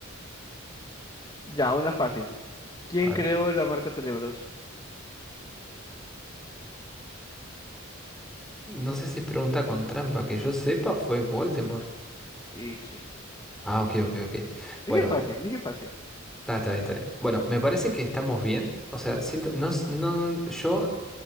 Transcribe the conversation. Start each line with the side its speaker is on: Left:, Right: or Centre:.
Left: ya, una fácil. ¿Quién
Centre: A
Left: creó
Centre: ver,
Left: la marca Tenebrosa?
Centre: no sé si es pregunta con trampa, que yo sepa fue Voldemort.
Left: Y sí.
Centre: Ah, ok, ok, ok.
Left: Dije
Centre: Bueno,
Left: fácil, dije fácil.
Centre: está, está bien, está bien. Bueno, me parece
Left: Ah.
Centre: que estamos bien. O sea, siento, no, s- no, yo,